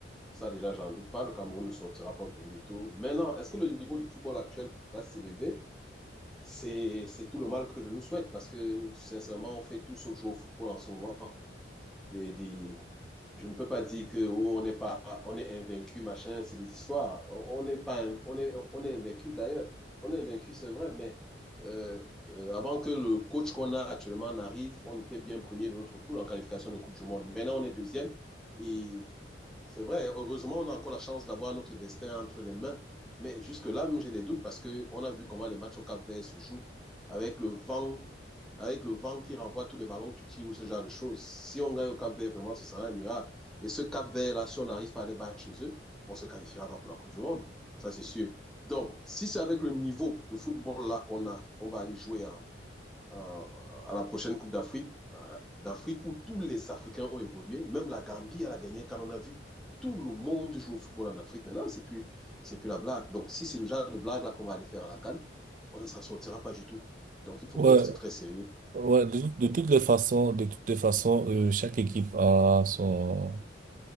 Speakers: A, in the centre; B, on the right.
A: Ça, déjà, j'en doute pas. Le Cameroun ne sortira pas au premier tour. Maintenant, est-ce que le niveau du football actuel va s'élever? C'est, c'est tout le mal que je nous souhaite parce que, sincèrement, on fait tout sauf jouer au football en ce moment. Des, des- Je ne peux pas dire que oh, on n'est pas, on est invaincu, machin, c'est des histoires. On n'est pas, in- on est, on est invaincu d'ailleurs. On est invaincu, c'est vrai, mais euh, euh, avant que le coach qu'on a actuellement n'arrive, on était bien premier de notre poule en qualification de Coupe du Monde. Maintenant, on est deuxième et c'est vrai, heureusement, on a encore la chance d'avoir notre destin entre les mains. Mais jusque-là, même, j'ai des doutes parce qu'on a vu comment les matchs au Cap-Vert se jouent avec le vent, avec le vent qui renvoie tous les ballons tu tires ou ce genre de choses. Si on gagne au Cap-Vert, vraiment, ce sera un miracle. Et ce Cap-Vert-là, si on arrive à les battre chez eux, on ne se qualifiera pas pour la Coupe du Monde. Ça, c'est sûr. Donc, si c'est avec le niveau de football-là qu'on a, qu'on va aller jouer en, euh, à la prochaine Coupe d'Afrique, euh, d'Afrique où tous les Africains ont évolué. Même la Gambie, à la dernière, quand on a vu tout le monde joue au football en Afrique maintenant, c'est plus, c'est plus la blague. Donc, si c'est le genre de blague là qu'on va aller faire à la CAN, on ne s'en sortira pas du tout. Donc, il faut
B: Ouais,
A: qu'on reste très sérieux.
B: Ouais, de, de
A: Ouais.
B: toutes les façons, de toutes les façons, euh, chaque équipe a son,